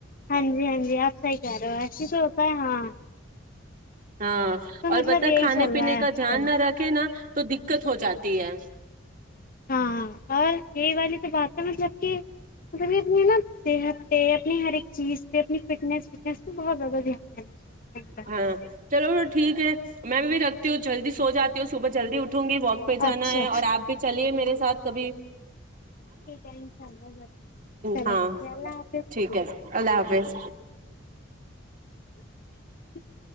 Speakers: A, on the left (about 45°); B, on the right (about 45°).
A: ہاں جی ہاں جی آپ صحیح کہہ رہے ہو ایسے تو ہوتا ہے ہاں
B: ہاں
A: تو
B: اور
A: مطلب
B: بت
A: یہی
B: کھانے
A: چل
B: پینے
A: رہا ہے
B: کا
A: آج
B: دھیان
A: کل
B: نہ رکھے نا تو دقت ہو جاتی ہے <inaudible>
A: ہاں اور یہی والی تو بات ہے مطلب کہ مطلب یہ اپنی نا صحت پہ اپنی ہر ایک چیز پہ اپنی فٹنیس وٹنیس پہ بہت زیادہ دھیان دینا چاہیے
B: ہاں چلو ٹھیک ہے میں بھی بھی ر ہو جلدی سو جاتی تو صبح جلدی اٹھوں گی واک پہ جانا
A: اچھا
B: ہے اور آپ بھی چلیے میرے ساتھ کبھی
A: ٹیک ہے ان شاء اللہ ر چلو
B: ہاں
A: ٹھیک ہےلہ آ
B: ٹھیک ہے اللہ حافظ
A: <unintelligible>